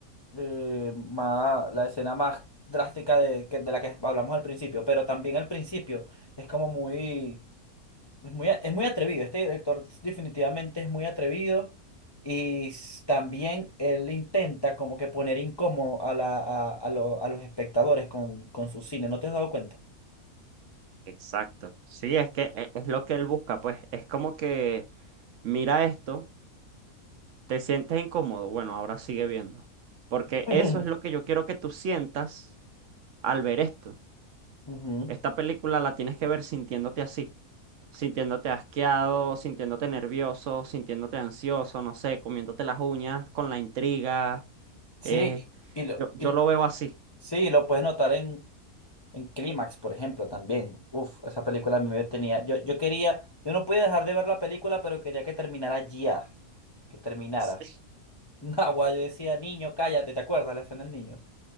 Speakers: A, on the left (about 40°); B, on the right (about 65°).
A: eh, más, la escena más drástica de, que- de la que hablamos al principio, pero también al principio es como muy... Es muy, a- es muy atrevido, este director definitivamente es muy atrevido y s- también él intenta como que poner incómodo a, la, a, a lo- a los espectadores con, con su cine, ¿no te has dado cuenta?
B: Exacto. Sí, es que e- es lo que él busca, pues. Es como que mira esto, te sientes incómodo, bueno, ahora sigue viendo. Porque
A: <laughs>
B: eso es lo que yo quiero que tú sientas al ver esto.
A: Ujú.
B: Esta película la tienes que ver sintiéndote así, sintiéndote asqueado, sintiéndote nervioso, sintiéndote ansioso, no sé, comiéndote las uñas con la intriga.
A: Sí,
B: eh,
A: y lo,
B: yo, yo
A: y,
B: lo veo así.
A: sí, lo puedes notar en, en Clímax, por ejemplo, también. Uf, esa película a mí me tenía, yo, yo quería, yo no podía dejar de ver la película, pero quería que terminara ya, que terminara.
B: <laughs>
A: <laughs> No, yo decía, niño, cállate, ¿te acuerdas la escena del niño?